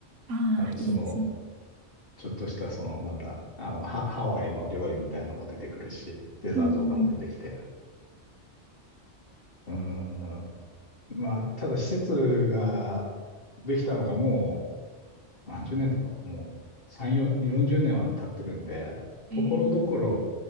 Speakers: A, on the right; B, on the left.
A: あー、
B: あのその
A: いいですね。
B: ちょっとしたそのなんだあのハ、ハワイの料理みたいなのも出てくるし、デザートとかも出てきて、
A: うん。
B: うん、まあ、ただ施設ができたのがも何十年だろう。もう3、4 40年は経ってるんで、
A: えー、
B: ところどころ